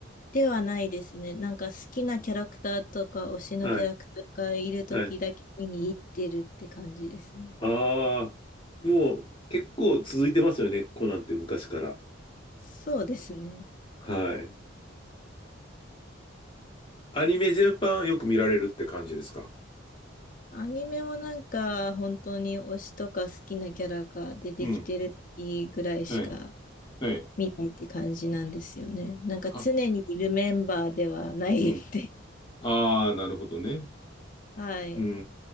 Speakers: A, on the left; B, on the left.
A: ではないですね。なんか好きなキャラクターとか推しのキャラクターがいる時だけ見に行ってるって感じですね。
B: はい。はい。ああ、もう結構続いてますよね、コナンって昔から。
A: そうですね。
B: はい。アニメ全般よく見られるって感じですか
A: アニメもなんか本当に推しとか好きなキャラが出てきてる時ぐらいしか
B: うん、はい、はい、
A: 見ないって感じなんですよね。なんか常にいるメンバーではないんで。
B: は、うん。
A: <laughs>
B: ああ、なるほどね。
A: はい。
B: うー